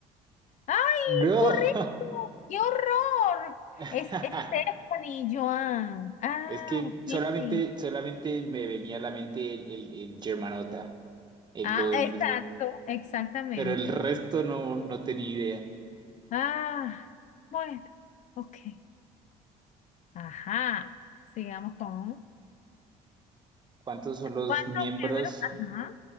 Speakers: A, on the left; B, on the right.
A: ¡Ay,
B: No.
A: correcto! ¡Qué horror!
B: <laughs>
A: Es Stephanie Joan. Ah,
B: Es que
A: ok.
B: solamente, solamente me venía a la mente el, el, el Germanota. El-
A: Ah,
B: lo-
A: exacto, exactamente.
B: pero el resto no, no tenía idea.
A: Ah, bueno, ok. Ajá. Sigamos con.
B: ¿Cuántos son los
A: ¿Cuántos
B: miembros
A: géneros? Ajá,